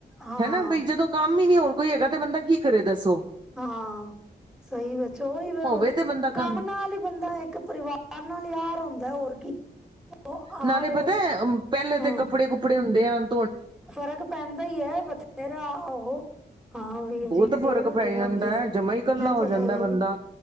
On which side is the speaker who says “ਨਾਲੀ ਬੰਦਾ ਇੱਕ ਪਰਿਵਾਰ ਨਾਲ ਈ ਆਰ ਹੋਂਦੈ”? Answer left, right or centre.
Centre